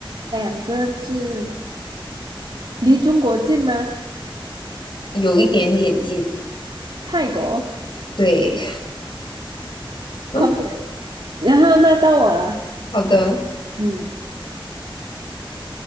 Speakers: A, on the right; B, on the left.
A: 两个字，离中国近吗？
B: 有一点点近，
A: 泰国
B: 对，<laughs>
A: ，perfect。然后那到我了，
B: 好的，
A: 嗯，